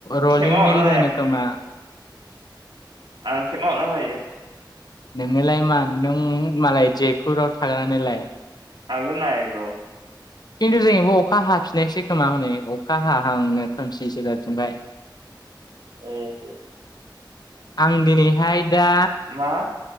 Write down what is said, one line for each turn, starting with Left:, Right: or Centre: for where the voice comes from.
Left: रलिं
Right: खेबना हरना
Left: मिल होनो खोमा।
Right: आंनो खेबना हरबा जायो।
Left: नोंनोलाय मा नों मालाय जयपुराव थाग्रा नोलाय।
Right: आंबो नाइगौ।
Left: खिन्थु जोंबो अखा हाफिननायसै खोमा हनै अखा हाहांनो खोमसिसो जाफिनबाय। <unintelligible>
Right: ओम हो
Left: आं दिनैहाय दा
Right: मा